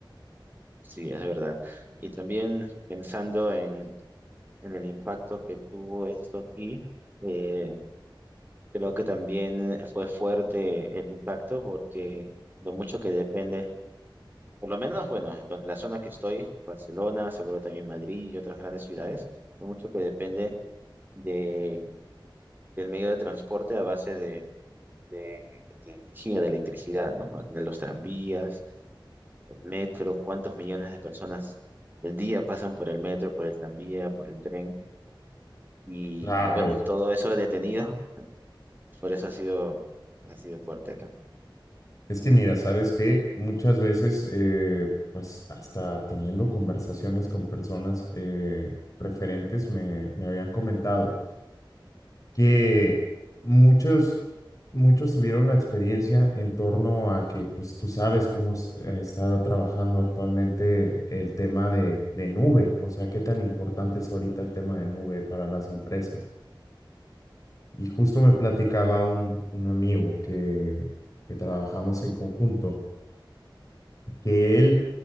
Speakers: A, on the right; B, on the left.
A: Sí, es verdad. Y también pensando en, en el impacto que tuvo esto aquí, eh, creo que también fue fuerte el impacto porque lo mucho que depende, por lo menos, bueno, do- la zona que estoy, Barcelona, seguro también Madrid y otras grandes ciudades, lo mucho que depende de, del medio de transporte a base de, de, de energía, de electricidad, ¿no? Aquí Los tranvías, El metro, cuántos millones de personas el día pasan por el metro, por el tranvía, por el tren. Y,
B: Claro.
A: y bueno, todo eso detenido, <laughs> por eso ha sido, ha sido fuerte acá.
B: Es que mira, sabes que muchas veces, eh, pues hasta teniendo conversaciones con personas eh, preferentes, me, me habían comentado que muchos, muchos tuvieron la experiencia en torno a que, pues tú sabes cómo es- eh, está trabajando actualmente el tema de, de nube, o sea, qué tan importante es ahorita el tema de nube para las empresas. Y justo me platicaba un, un amigo que, que trabajamos en conjunto que él,